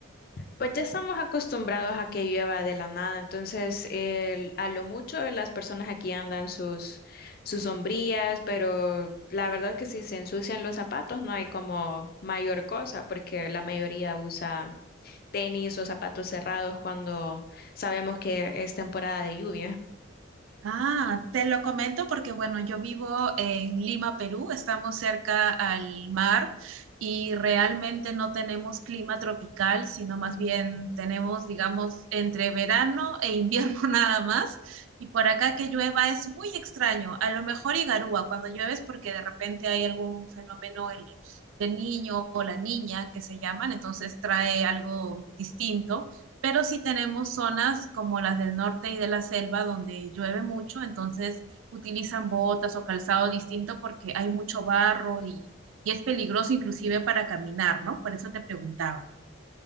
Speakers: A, on the left (about 45°); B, on the right (about 80°).
A: Pues ya estamos acostumbrados a que llueva de la nada, entonces el- a lo mucho las personas aquí andan sus, sus sombrillas, pero la verdad es que si se ensucian los zapatos no hay como mayor cosa, porque la mayoría usa tenis o zapatos cerrados cuando sabemos que es temporada de lluvia.
B: Ah, te lo comento porque, bueno, yo vivo en Lima, Perú, estamos cerca al mar y realmente no tenemos clima tropical, sino más bien tenemos, digamos, entre verano e invierno <laughs> nada más. Y por acá que llueva es muy extraño, a lo mejor Igarúa cuando llueves porque de repente hay algún fenómeno el, del niño o la niña que se llaman, entonces trae algo distinto pero sí tenemos zonas como las del norte y de la selva donde llueve mucho, entonces utilizan botas o calzado distinto porque hay mucho barro y, y es peligroso inclusive para caminar, ¿no? Por eso te preguntaba.